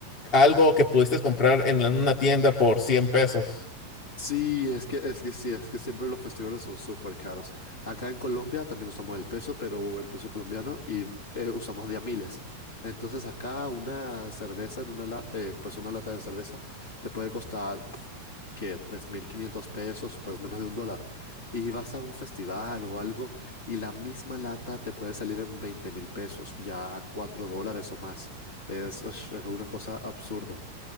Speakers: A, on the left; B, on the left.
A: algo que pudiste comprar en la- una tienda por 100 pesos.
B: Sí, es que, es que sí, es que siempre los festivales son súper caros. Acá en Colombia también usamos el peso, pero el peso colombiano y eh, usamos de a miles. Entonces acá una cerveza, en una la- eh, pues una lata de cerveza, te puede costar que 3.500 pesos, pues menos de un dólar. Y vas a un festival o algo y la misma lata te puede salir en 20 mil pesos, ya 4 dólares o más. Es, es una cosa absurda.